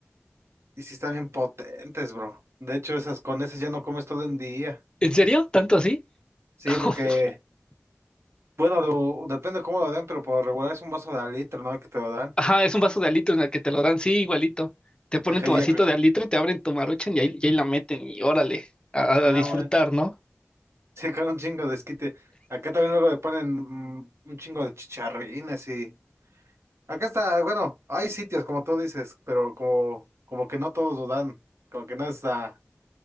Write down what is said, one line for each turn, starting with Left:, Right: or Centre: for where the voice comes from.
Right: y sí están bien potentes, bro. De hecho, esas con esas ya no comes todo el día.
Left: ¿En serio? ¿Tanto así?
Right: Sí,
Left: <laughs>
Right: porque, bueno, lo- depende cómo lo den, pero por regular es un vaso de al litro, ¿no? Que te lo dan.
Left: Ajá, es un vaso de alito en el que te lo dan, sí, igualito. Te ponen
Right: Ajá,
Left: tu
Right: ya
Left: vasito
Right: creo que-
Left: de alito, te abren tu Maruchan y ahí, y ahí la meten y órale, a-
Right: Ah,
Left: a disfrutar,
Right: bueno.
Left: ¿no?
Right: Sí, con un chingo de esquite. Acá también luego le ponen mm, un chingo de chicharrines y... Acá está, bueno, hay sitios como tú dices, pero como, como que no todos lo dan, como que no es ah,